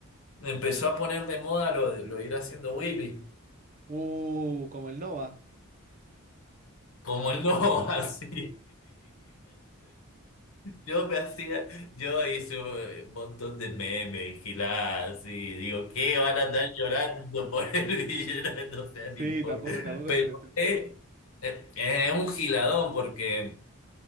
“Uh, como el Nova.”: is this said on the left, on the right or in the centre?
Right